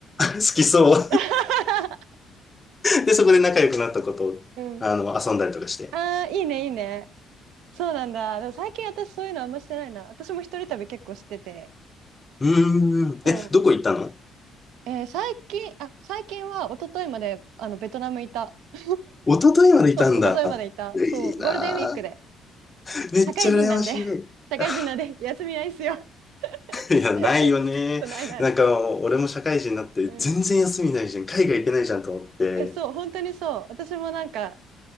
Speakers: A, on the left (about 20°); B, on the right (about 90°).
A: 好きそう。
B: <laughs>
A: で、そこで仲良くなったことを、
B: うん。
A: あの、遊んだりとかして。
B: ああ、いいね、いいね。そうなんだ。でも最近私そういうのあんましてないな。私も一人旅結構してて。
A: うーん。
B: そう。
A: え、どこ行ったの
B: えー最近、あ、最近は一昨日まであのベトナムいた。<laughs>
A: 一昨日までいたんだ。
B: そう、一昨日までいた。
A: いいなぁ。
B: そう、ゴールデンウィークで。
A: めっちゃ羨ましい。
B: 社会人なんで、<laughs> 社会人なんで、
A: <laughs>
B: 休みないっすよ。
A: いや、
B: <laughs>
A: ないよね。
B: そうないない。
A: なんか、俺も社会人になって、
B: うん。
A: 全然休みないじゃん。海外行けないじゃんと思って。
B: え、そう、本当にそう。私もなんか、